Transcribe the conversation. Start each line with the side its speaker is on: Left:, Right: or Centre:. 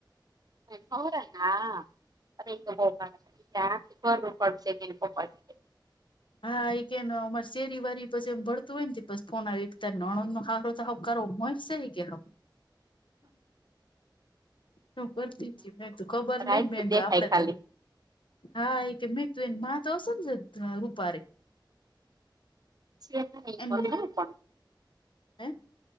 Right: ઓરા આ <inaudible>
Left: હા એ કે અમારે શેરી વારી પસી એમ ભળતું હોય તે ફોન આવી નણંદ નો હાહ તહ કરો મોય સે હ કે હમ. શું કરતી તી મે ખબર
Right: રાયખું
Left: નહ મેધ
Right: દેખાય
Left: આપડે
Right: ખાલી
Left: તો. હા એ મેત તું એ મા તો ઝ રૂપારે
Right: <inaudible>
Left: એની
Right: પણ
Left: હે.